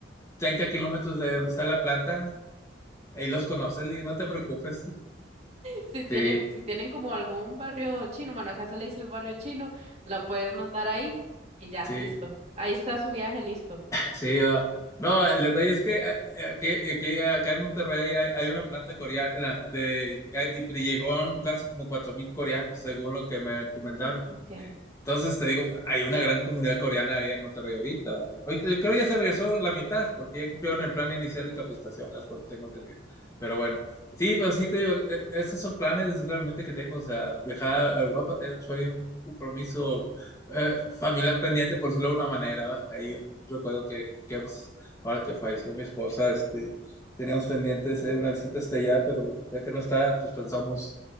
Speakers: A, on the left (about 15°); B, on the right (about 35°).
A: 30 kilómetros de donde está la planta, le dije, ahí los conoces, le dije, no te preocupes. <laughs>
B: Si tienen,
A: Sí,
B: si tienen como algún barrio chino, bueno, acá se le dice el barrio chino, la puedes mandar ahí y ya,
A: sí.
B: listo. Ahí está su viaje, listo.
A: Sí, va. No, el detalle es que eh, eh, que aquí- acá en Monterrey hay, hay una planta coreana de, que hay- y llegó casi como 4.000 coreanos, según lo que me comentaron.
B: Mm, ok.
A: Entonces te digo, hay una gran comunidad coreana ahí en Monterrey ahorita. ¿verdad? Ahorita yo creo que ya se regresó la mitad, porque ya cumplieron el plan inicial de capacitación, hasta donde tengo entendido. Pero bueno, sí, pero sí te digo, eh, esos son planes realmente que tengo. O sea, viajar a Europa, tenemos por ahí un compromiso eh, familiar pendiente, por decirlo de alguna manera. ¿verdad? Hay un un recuerdo que, que hemos, ahora que falleció mi esposa, este, teníamos pendiente de hacer una visita hasta allá, pero ya que no está, pues pensamos